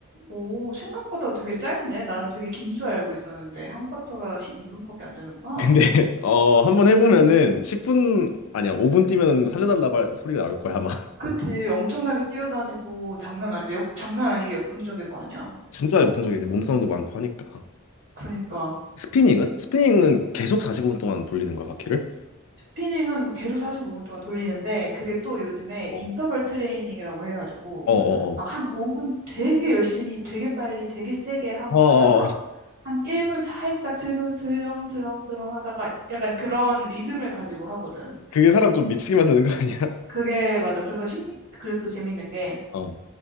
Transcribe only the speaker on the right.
오, 생각보다 되게 짧네. 나는 되게 긴 줄 알고 있었는데, 한 쿼터가 12분밖에 안 되는구나.
그치, 엄청나게 뛰어다니고, 장난 아니지. 역, 장난 아니게 역동적일 거 아니야.
그러니까.
스피닝은 계속 45분 동안 돌리는데 그게 또 요즘에
인터벌 트레이닝이라고 해가지고
막
한 5분 되게 열심히 되게 빨리 되게 세게 하,
하다가
한 1분 살짝 슬금 슬렁슬렁슬렁 하다가 약간 그런 리듬을 가지고 하거든.
그게 맞아. 그래서 심 그래서 또 재밌는 게